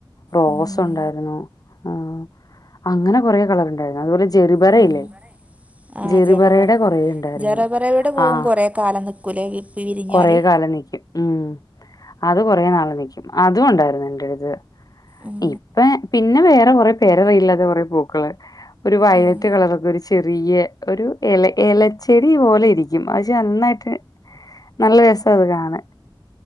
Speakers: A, on the left (about 45°); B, on the right (about 15°).
A: റോസ്
B: ഉം,
A: ഉണ്ടായിരുന്നു ആഹ് അങ്ങനെ കൊറെ കളർണ്ടായിന്നു അത്പോലെ ജി ജെറു പറയില്ലേ
B: ഉം. ആ
A: ജെറപറയുടെ
B: ജറബറ
A: കൊറേണ്ടായിര്ന്നു
B: ജറബറയുടെ പൂവും
A: ആഹ്
B: കുറേ കാലം നിൽക്കൂലേ വി- വിരിഞ്ഞാല്
A: കൊറെ കാലം ന്നിക്കും ഉം അത് കൊറെ ന്നാള് ന്നിക്കും അതുംഉണ്ടായിര്ന്നു എന്റെട്ത്
B: ഉം,
A: ഇപ്പ പിന്നെ പിന്നെ വേറെ കൊറെപേരെറിയില്ലാത കുറെ പൂക്കള് ഒരു വയലറ്റ്
B: ഉം.
A: കളറൊക്കെ ഒരു ചെറിയെ ഒരു എല എലച്ചെടി പോലെ ഇരിക്കും പഷെ ന്നന്നായ്ട്ട് ന്നല്ല രസഅത് കാണൻ